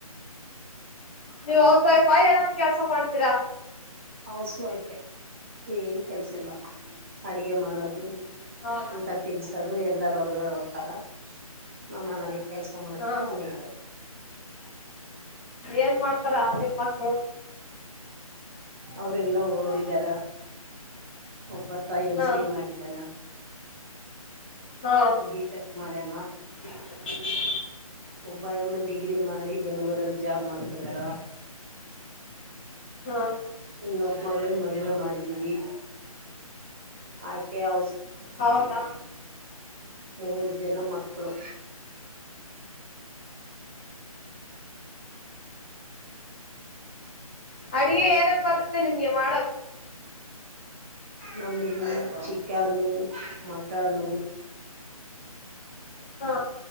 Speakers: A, on the left; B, on the right.
A: ನೀವ್ ಹ--ಫ ಏನಂದು ಕೆಲ್ಸ ಮಾಡ್ತೀರಾ?
B: ಹಸು ಆಯ್ತೆ ಏನ್ ಕೆಲ್ಸಿಲ್ಲ. ಅಡಗೆ ಮಾಡೋದು
A: ಹೌದಾ
B: ಊಟ ತಿನ್ಸೋದು ಎಲ್ಲರ ಒಡಗಡೆ ದ್ತಾರ ನಮ್ಮ ಕೆಲಸ ಮಾಡ್ತ
A: ಹ ಹಾ
B: ನನಗೆ
A: ಏನ್ ಮಾಡ್ತಾರ ನಿಮ್ಮ ಮಕ್ಳು.
B: ಅವ್ರೆಲ್ಲಾ ಓದಿದಾರ. ಒಬ್ಬತ್ತ ಎಮ್
A: ಹಾ
B: ಸಿ ಎ ಮಾಡಿದ್ದಾನ.
A: ಹಾ
B: ಬಿಟೆಕ್ ಮ--ನ
A: <inaudible> <unintelligible>
B: ಒಬ್ಬ ಡಿಗ್ರಿ ಮಾಡಿ ಬೆಂಗ್ಳೂರಲ್ಲಿ ಜಾಬ್ ಮಾಡ್ತಿದಾರ.
A: ಹಾ
B: ಇನ್ನೊಬ್ ಮಗಳಿಗೆ ಮದುವೆ ಮಾಡಿದ್ದೀವಿ. ಆಕೆ ಹ
A: ಹೌದಾ!
B: ಮೂರು ಜನ ಮಕ್ಕಳು.
A: ಅಡಗೆ ಏನ ಬರುತ್ತೆ ನಿಮ್ಗೆ ಮಾ
B: ನಮಗೆ ಚಿಕನ್ನು ಮಟನು.
A: ಹಾ